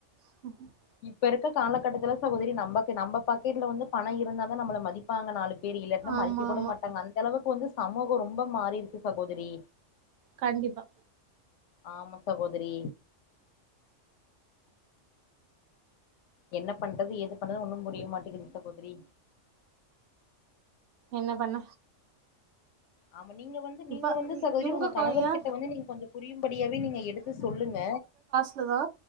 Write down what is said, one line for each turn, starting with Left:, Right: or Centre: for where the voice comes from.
Right: <unintelligible>
Left: இப்ப இருக்கக் காலகட்டத்துல சசோதரி நம்பக் நம்ப பாக்கெட்ல வந்து பணம் இருந்தாதா நம்மள மதி ப்பாங்க நாலு பேர் இல்லாட்னா
Right: ஆமா
Left: மதிக்க கூட
Right: ஆமா
Left: மாட்டாங்க அந்த அளவுக்கு வந்து சமூகம் ரொம்ப மாறிருக்கு சகோதரி
Right: கண்டிப்பா
Left: ஆமா சகோதரி என்ன பண்றது ஏது பண்றது ஒண்ணும் புரிய மாட்டங்கது சகோதரி
Right: என்ன பண்ண
Left: ஆமா நீங்க வந்
Right: இப்ப
Left: நீங்க வந்து சகோதரி
Right: இவங்க
Left: உங்க கணவர்
Right: ஏ
Left: கிட்ட வந்து நீங்க கொஞ்ச புரியும்படியாவே நீங்க எடுத்து சொல்லுங்க
Right: அதா